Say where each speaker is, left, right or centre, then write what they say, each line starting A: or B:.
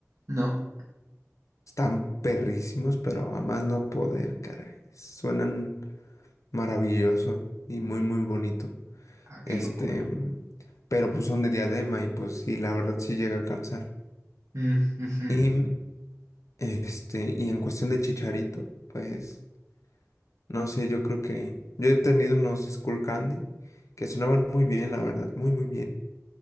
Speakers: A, on the right; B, on the left.
A: No.
B: Están perrísimos, pero a más no poder, caray. Suenan maravilloso y muy, muy bonito.
A: Ah, qué
B: Este,
A: locura.
B: mm, pero pues son de diadema y pues sí, la verdad sí llega a cansar.
A: Mm, ujú.
B: Y
A: <laughs>
B: este, y en cuestión de Chicharito, pues no sé, yo creo que yo he tenido unos Skull Candy que sonaban muy bien, la verdad, muy, muy bien.